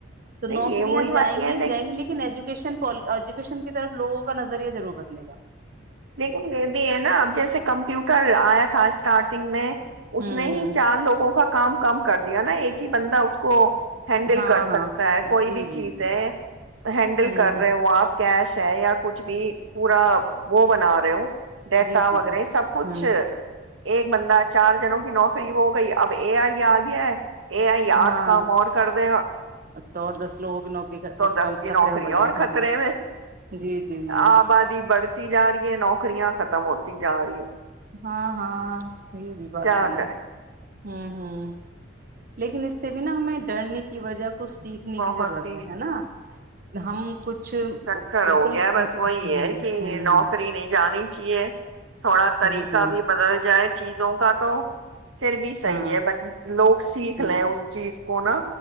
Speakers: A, on the right; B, on the right.
A: تو
B: نہیں
A: نوکریاں
B: یہ وہی باتیں
A: جائیں
B: ہیں
A: گی نہیں جائیں گی لیکن ایجوکیشن۔ ایجوکیشن کی طرف لوگوں کا نظریہ ضرور بدلے گا۔
B: لیکن یہ بھی ہے نا اب جیسے کمپیوٹر آیا تھا اس۔ اسٹارٹنگ میں۔ اس
A: ہوں
B: نے ہی
A: ہوں
B: چار لوگوں کا کام کم۔ کر دیا نا ایک ہی بندہ اس کو۔ ہینڈل
A: ہاں
B: کر
A: ہاں
B: سکتا ہے
A: جی
B: کوئی بھی
A: جی
B: چیزیں
A: جی
B: ہینڈل
A: ہوں
B: کر
A: ہوں
B: رہے ہو آپ۔ کیش ہے یا کچھ بھی پورا وہ بنا رہے ہو ڈیٹا
A: جی جی
B: وغیرہ
A: جی
B: سب کچھ
A: ہوں
B: ایک بندہ چار جنوں کی نوکری وہ ہو گئی اب اے آئییا آگے ہے یہ آئی آٹھ
A: ہاں
B: کام اور کر دے گا
A: تو اور دس لوگوں کی نوکری
B: تو دس
A: کم
B: کی
A: خطرے
B: نوکری
A: میں پڑ جائے
B: اور خطرے
A: ہاں
B: میں
A: جی جی جی
B: آبادی بڑھ ج یہ نوکرییا ختم ہوتی جا رہی ہے
A: ہاں ہاں یہ بھی بات
B: کیا
A: یہی
B: کریں
A: ہے ہوں ہوں لیکن اس سے بھی نا ہمیں ڈرنے کی وجہ کچھ سیکھنے
B: بہت
A: کی ضرورت
B: ہی
A: ہے نا ہم کچھ
B: چکر
A: بالکل
B: ہو گیا
A: جی
B: بس وہی ہے کہ
A: جی ہاں ہاں
B: نوکری نہیں جانی جیے تھوڑا طریقہ
A: جی جی
B: بھی بدل جائے چیزوں کا تو پھر بھی صحیح
A: ہاں
B: ہے ب لوگ سیکھ
A: جی
B: لیں اس چیز کونا